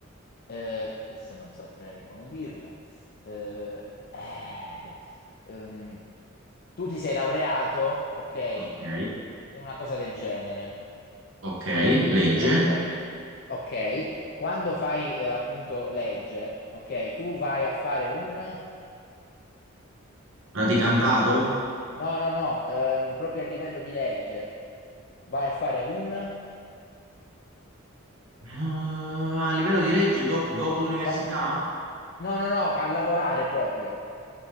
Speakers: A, on the left (about 50°); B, on the right (about 65°).
A: Eh, questo non saprei come dirlo. Eh, eh, ehm, tu ti sei laureato, ok, in
B: Ok,
A: una cosa del genere.
B: ok, legge.
A: Ok, ok. Quando fai eh, appunto legge, ok, tu vai a fare un...
B: Praticantato?
A: No, no, no, ehm, proprio a livello di legge. Vai a fare un...
B: Eh, no, a livello di legge, dop- dopo l'università,
A: quan- No, no, no, a lavorare proprio.